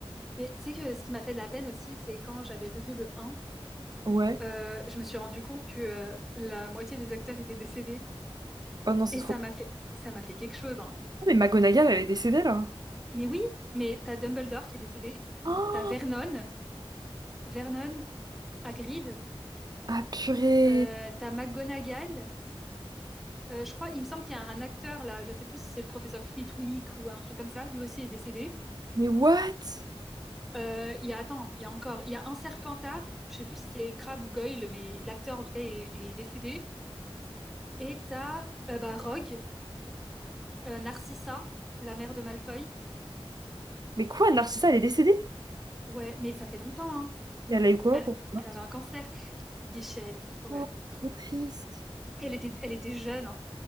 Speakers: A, in the centre; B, on the right (about 40°).
A: Mais tu sais que ce qui m'a fait de la peine aussi, c'est quand j'avais revu le un
B: Ouais.
A: euh, je me suis rendu compte que euh, la moitié des acteurs étaient décédés.
B: Oh non, c'est
A: Et
B: trop.
A: ça m'a fait, ça m'a fait quelque chose, hein.
B: Oh, mais McGonagall, elle est décédée, là.
A: Mais oui, mais t'as Dumbledore qui est décédé,
B: Oh,
A: t'as Vernon, Vernon, Hagrid,
B: ah purée.
A: Euh, t'as McGonagall. Euh, je crois, il me semble qu'il y a un acteur là, je sais plus si c'est le professeur Flitwick ou un truc comme ça, lui aussi est décédé.
B: Mais what?
A: Euh, il y a, attends, il y a encore, il y a un Serpentard, je sais plus si c'est Crabbe ou Goyle, mais l'acteur en tout cas il est, il est décédé. Et t'as euh, bah, Rogue, euh, Narcissa, la mère de Malfoy.
B: Mais quoi, Narcissa, elle est décédée?
A: Ouais, mais ça fait longtemps, hein.
B: Mais elle a eu quoi
A: Elle,
B: pour... vingt
A: elle avait un cancer. Bichette, ouais.
B: Oh, trop triste.
A: Elle était, elle était jeune. hein.